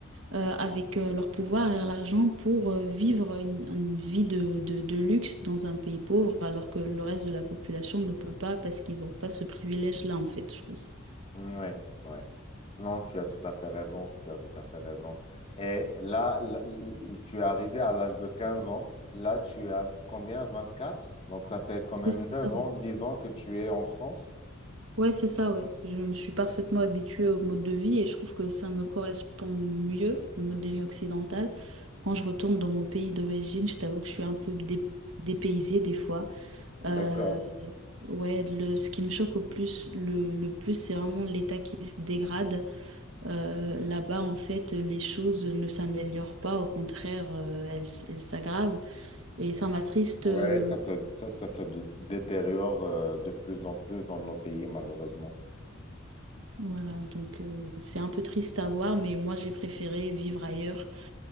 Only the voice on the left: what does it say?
Ouais, ouais. Non, tu as tout à fait raison, tu as tout à fait raison. Et là, là, tu es arrivé à l'âge de 15 ans. Là, tu as combien? vingt-quatre. Donc, ça fait quand même
9
ans, dix ans que tu es en France.
D'accord.
Ouais,
ça se, ça, ça se dé- détériore euh, de plus en plus dans nos pays, malheureusement.